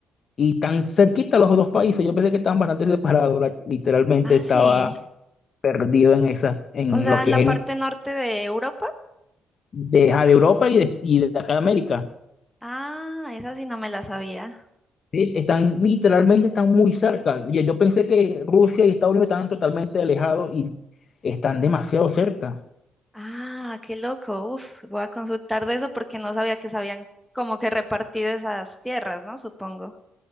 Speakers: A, on the left (about 45°); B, in the centre.
A: Y tan cerquita los dos países, yo pensé que estaban bastante separados, la- literalmente
B: ah,
A: estaba
B: sí.
A: perdido en esa, en
B: O sea,
A: lo que
B: en la
A: es en-
B: parte norte de Europa.
A: de, ajá, de Europa y de, y de acá de América.
B: Ah, esa sí no me la sabía.
A: Sí, Están literalmente están muy cerca. Yo, yo pensé que Rusia y Estados Unidos estaban totalmente alejados y están demasiado cerca.
B: Ah, qué loco. Uf, voy a consultar de eso porque no sabía que se habían como que repartido esas tierras, ¿no? Supongo.